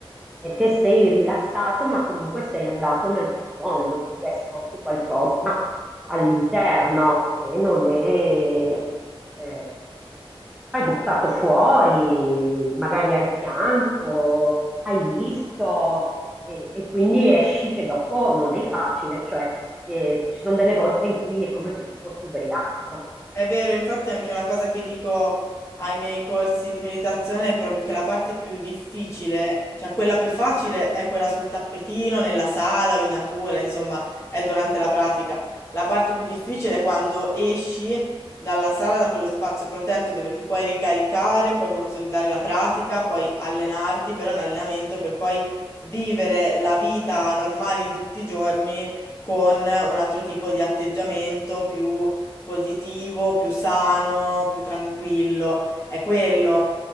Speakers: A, in the centre; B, on the left (about 30°).
A: perché sei rilassato, ma comunque sei andato nel profondo, quindi hai scosso qualcosa all'interno che non è eh, hai buttato fuori, magari hai pianto, hai visto e, e quindi esci che dopo non è facile, cioè eh, ci sono delle volte in cui è come se tu fossi ubriaco.
B: È vero, infatti anche una cosa che dico ai miei corsi di meditazione è proprio che la parte più difficile, cioè quella più facile è quella sul tappetino, nella sala o in natura, insomma, è durante la pratica. La parte più difficile è quando esci dalla sala, da quello spazio protetto dove ti puoi ricaricare, puoi consolidare la pratica, puoi allenarti, però è un allenamento per poi vivere la vita normale di tutti i giorni con un altro tipo di atteggiamento più positivo, più sano, più tranquillo, è quello.